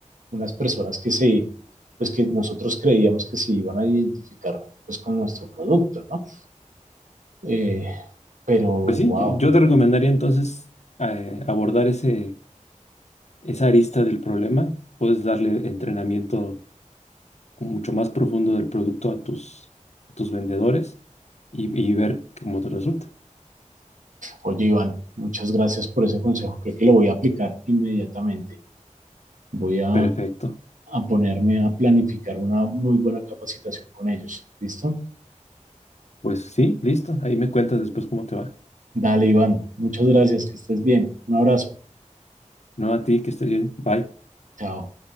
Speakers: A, on the right (about 80°); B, on the left (about 60°).
A: unas personas que se, pues que nosotros creíamos que se iban a identificar pues con nuestro producto, ¿no? Eh, pero,
B: Pues sí,
A: wow,
B: yo yo te recomendaría entonces eh, abordar ese, esa arista del problema. Puedes darle entrenamiento mucho más profundo del producto a tus, a tus vendedores y, y ver cómo te resulta.
A: oye Iván, muchas gracias por ese consejo, creo que lo voy a aplicar inmediatamente, voy a,
B: Perfecto.
A: a ponerme a planificar una muy buena capacitación con ellos, ¿listo?
B: Pues sí, listo. Ahí me cuentas después cómo te va.
A: Dale Iván, muchas gracias, que estés bien, un abrazo,
B: No a ti, que estés bien. Bye.
A: chao.